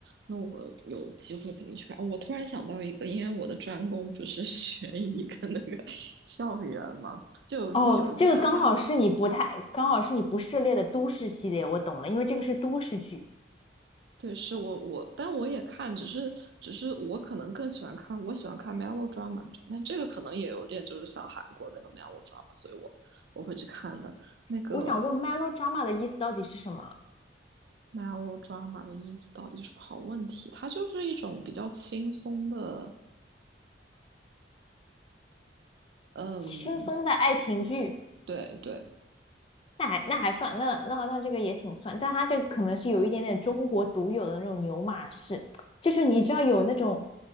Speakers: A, on the right (about 65°); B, on the left (about 30°).
A: 那我有机会肯定去看。哦，我突然想到一个，因为我的专攻不是 <laughs> 悬疑跟那个 <laughs> 校园嘛，就有一部有一部讲大，
B: 哦。这个刚好是你不太，刚好是你不涉猎的都市系列，我懂了，因为这个是都市剧。
A: 对，是我我，但我也看，只是只是我可能更喜欢看，我喜欢看 melodrama 那种，但这个可能也有点就是像韩国那个 melodrama，所以我我会去看的。那个
B: 我想问 melodrama 的意思到底是什么？
A: melodrama 的意思到底是什么？好问题，它就是一种比较轻松的，嗯，
B: 轻松的爱情剧。
A: 对对。
B: 那还那还算，那那那这个也挺算，但它这可能是有一点点中国独有的那种牛马式，就是你知道有那种